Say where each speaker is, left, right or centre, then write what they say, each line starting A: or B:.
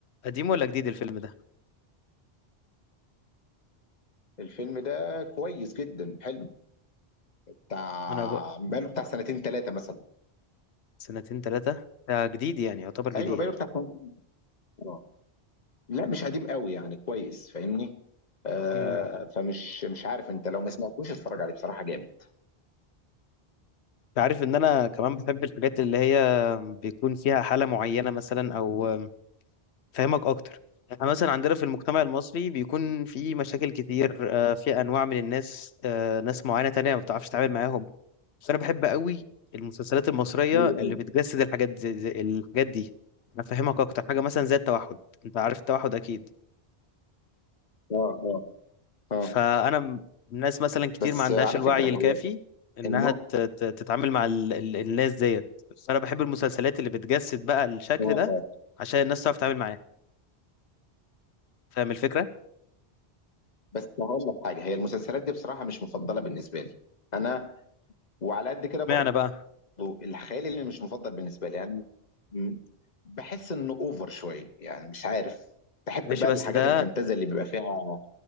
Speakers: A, on the left; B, on the left.
A: قديم ولا جديد الفيلم ده
B: الفيلم ده كويس جدا حلو بتاع
A: انا بقى
B: بقاله بتاع سنتين ثلاثه مثلا
A: سنتين ثلاثة ده جديد يعني يعتبر جديد
B: ايوه بقاله بتاع سنتين. آه. لا مش قديم قوي يعني كويس فاهمني آه
A: مم.
B: فمش مش عارف انت لو ما سمعتوش اتفرج عليه بصراحه جامد
A: انت عارف ان انا كمان بحب الحاجات اللي هي بيكون فيها حالة معينة مثلا او فاهمك اكتر احنا مثلا عندنا في المجتمع المصري بيكون في مشاكل كتير آه، في انواع من الناس آه، ناس معينة تانية ما بتعرفش تتعامل معاهم بس انا بحب قوي المسلسلات المصرية
B: ايوه
A: اللي
B: ايوه
A: بتجسد الحاجات زي زي الحاجات دي انا فاهمك اكتر حاجة مثلا زي التوحد انت عارف التوحد اكيد
B: اه اه اه
A: فانا م- الناس مثلا كتير
B: بس
A: ما عندهاش
B: على
A: الوعي
B: فكرة هو
A: الكافي انها
B: النوع
A: ت- ت- تتعامل مع ال... ال... الناس ديت فانا بحب المسلسلات اللي بتجسد بقى الشكل
B: اه
A: ده
B: آه.
A: عشان الناس تعرف تتعامل معاه فاهم الفكره
B: بس هقول لك حاجة هي المسلسلات دي بصراحة مش مفضلة بالنسبة لي أنا وعلى قد كده برضو
A: معنى بقى
B: الخيال اللي مش مفضل بالنسبة لي أنا م- بحس إنه أوفر شوية يعني مش عارف بحب
A: ماشي
B: بقى
A: بس
B: الحاجات
A: ده
B: الفانتازيا اللي بيبقى فيها